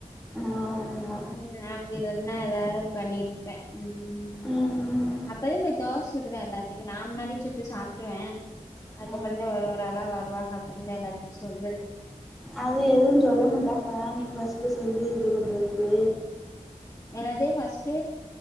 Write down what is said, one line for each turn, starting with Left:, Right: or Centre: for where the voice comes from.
Centre: ஆமா
Left: ம் அப்டி வேண்ணா எதாவ் பண்ணீட்டுருப்ப ம்
Centre: ம் ம்
Left: அப்பதா போய் தோச சுடுவ எல்லாத்திக்கு நா முன்னாடி சுச்சு சாப்ட்ருவ அதுக்கப்பறந்தே
Centre: ஆ
Left: ஒரு ஒரு ஆளா வருவாங்க அப்பறமே எல்லார்த்துட் சொல்லு
Centre: அது எதுவு சொல்ல மாட்டாஹா நீ ஃபர்ஸ்ட் செஞ்சு இது பண்றதுக்கு
Left: என்னது ஃபர்ஸ்ட்